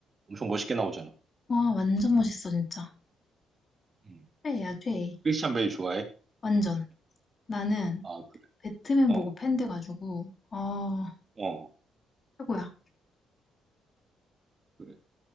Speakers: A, on the right; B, on the left.
A: 엄청 멋있게 나오잖아.
B: 와, 완전 멋있어, 진짜.
A: 음.
B: 최애야, 최애.
A: 크리스찬 베일 좋아해?
B: 완전. 나는
A: 아, 그래.
B: 배트맨
A: 어,
B: 보고 팬 돼가지고 아
A: 어,
B: 최고야.
A: 그래.